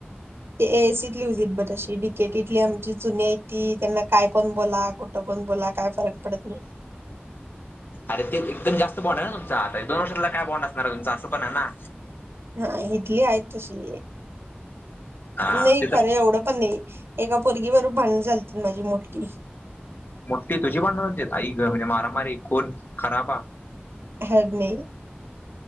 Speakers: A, on the right (about 85°); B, on the left (about 55°).
A: ते ए एसी तली हुतीत बर तशी डि के टी तली आमची जुन्यातली ती त्यांना काय पण बोला कुठं पण बोला काय फरक पडत नाही.
B: अरे ते एकदम जास्त बॉन्ड आहे ना तुमचा आता दोन वर्षातला काय बॉन्ड असणार तुमचा असं पण आहे ना.
A: नाही ईथली आहेत तशी.
B: हा
A: नाही
B: ते तर
A: खरं एवढं पण नाही एका पोरगी बरोबर भांडण झालतीत माझी मोठी
B: मोठी तुझी भांडणं झालतीत आई ग म्हणजे मारामारी खून खराबा
A: हॅड नाही.